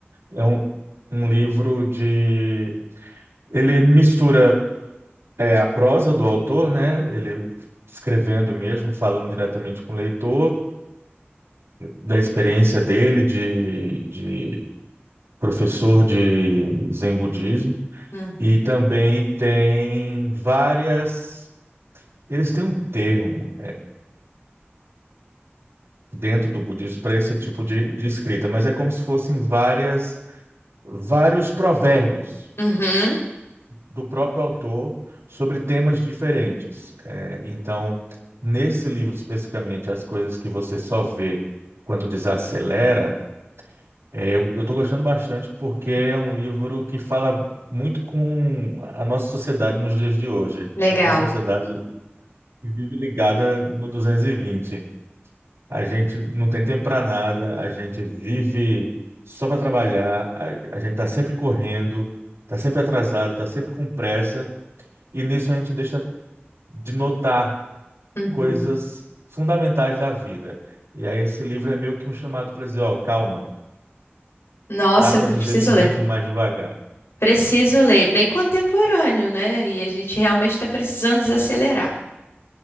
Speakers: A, on the right; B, on the left.
A: é um, um livro de. Ele mistura É a prosa do autor, né? Ele escrevendo mesmo, falando diretamente com o leitor, da experiência dele de, de professor de Zen budismo.
B: Uhum.
A: E também tem várias. Eles têm um termo dentro do budismo para esse tipo de, de escrita, mas é como se fossem várias, vários provérbios.
B: Uhum.
A: do próprio autor sobre temas diferentes. É, então, nesse livro especificamente, as coisas que você só vê quando desacelera, é, eu estou gostando bastante porque é um livro que fala muito com a nossa sociedade nos dias de hoje,
B: Legal.
A: que é uma sociedade que vive ligada no 220. A gente não tem tempo para nada, a gente vive só para trabalhar, a, a gente está sempre correndo, está sempre atrasado, está sempre com pressa, e nisso a gente deixa de notar
B: Uhum.
A: coisas fundamentais da vida. E aí esse livro é meio que um chamado para dizer, ó, calma,
B: Nossa,
A: dá para
B: eu preciso
A: viver num
B: ler.
A: ritmo mais devagar.
B: Preciso ler. Bem contemporâneo, né? E a gente realmente está precisando desacelerar.